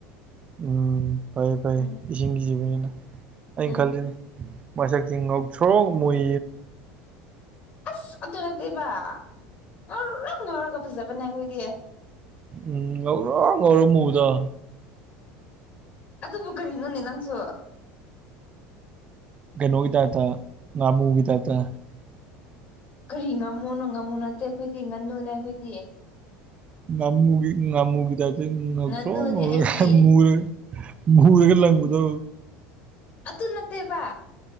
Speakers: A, on the right (about 35°); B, on the left (about 45°).
A: ꯎꯝ ꯐꯌꯦ ꯐꯩꯌꯦ
B: ꯎꯝ
A: ꯏꯁꯤꯡꯒꯤꯁꯤꯕꯅꯤꯅ ꯑꯩꯅ
B: ꯎꯝ
A: ꯈꯜꯂꯤꯜꯂꯤꯅꯤ ꯃꯁꯛꯁꯤ ꯉꯧꯊ꯭ꯔꯣꯛ ꯃꯨꯏ
B: ꯑꯁ ꯑꯗꯨ ꯅꯠꯇꯦꯕ ꯉꯧꯔ ꯉꯧꯔꯒ ꯐꯖꯕꯅꯦ ꯑꯩ ꯍꯣꯏꯗꯤ
A: ꯎꯝ ꯉꯧꯔ ꯉꯧꯔꯣ ꯃꯨꯗ
B: ꯑꯗꯨꯕꯨ ꯀꯔꯤꯅꯣꯅꯦ ꯅꯪꯁꯨ
A: ꯀꯩꯅꯩꯅꯣꯕꯤꯗ ꯇ ꯉꯃꯨ ꯎꯕꯤꯗ ꯇ
B: ꯀꯔꯤ ꯉꯝꯃꯣꯅꯣ ꯉꯝꯃꯣ ꯅꯠꯇꯦ ꯑꯩꯈꯣꯏꯗꯤ ꯉꯟꯅꯨꯅꯦ ꯑꯩꯈꯣꯏꯗꯤ
A: ꯉꯃꯨ ꯉꯥꯃꯨꯒꯤꯗ ꯑꯗꯨ
B: ꯉꯥꯅꯨꯅꯦ
A: ꯊ꯭ꯔꯣ ꯉꯔ
B: ꯑꯩꯗꯤ
A: ꯉꯃꯨꯔꯦ ꯗꯒ ꯂꯪꯒꯗ
B: ꯑꯗꯨ ꯅꯠꯇꯦꯕ